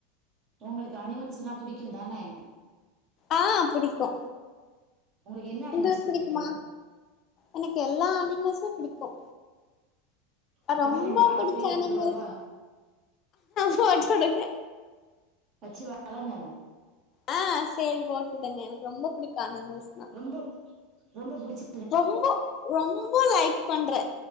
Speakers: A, on the right (about 45°); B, on the left (about 40°).
A: உங்களுக்கு அனிமல்ஸ்ஸுனா புடிக்கு தானே
B: ஆ புடிக்கு
A: உங்களுக்கு என்ன அனிமல்ஸ்
B: உங்களுக்கு
A: புடிக்கு
B: பிடிக்குமா எனக்கு எல்லா அனிமல்சும் பிடிக் கு
A: அப்பனா
B: ரொம்ப
A: ரெண்டு ஆட
B: புடிச்ச
A: கொரியர்
B: அனிமல்ஸ்
A: போட்டு விடவா
B: போட்டுடுங்க
A: வச்சு வளங்க
B: ஆ சேரி போட்டுடுங்க எனக்கு ரொம்ப பிடிக்கு அனிமல்ஸ்னா
A: ரொம்போ ரொம்ப புடிச்சு
B: ரொம்போ ரொம்போ லைக் பண்றே